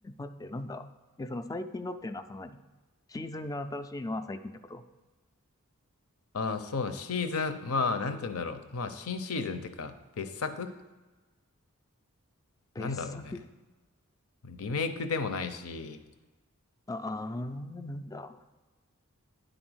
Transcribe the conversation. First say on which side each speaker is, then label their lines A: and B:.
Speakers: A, on the left; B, on the left.
A: って、なんだえ、その最近のっていうのはその何シーズンが新しいのは最近ってこと
B: ああ、そうだ、シーズン、まあなんて言うんだろう。まあ新シーズンってか、別作
A: 別作
B: なんだろうね。リメイクでもないし、
A: あ、あー、なんだ。